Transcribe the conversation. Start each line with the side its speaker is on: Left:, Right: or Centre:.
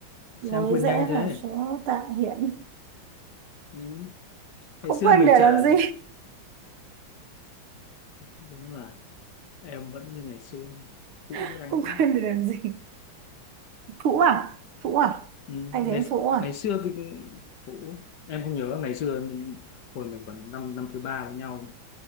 Right: Lối
Left: sang quên
Right: rẽ
Left: nhanh thế
Right: vào số tạ hiện.
Left: ừ.
Right: Không
Left: ngày xưa
Right: quên
Left: mình
Right: để
Left: chả
Right: làm gì?
Left: đúng là em vẫn như ngày xưa cũ
Right: <laughs>
Left: với anh
Right: Không
Left: quá
Right: quên để làm gì? Phũ à? Phũ à?
Left: ừ.
Right: Anh
Left: ngày
Right: thấy em Phũ à?
Left: ngày xưa cái cũ em không nhớ ngày xưa mình, hồi mình còn năm năm thứ ba với nhau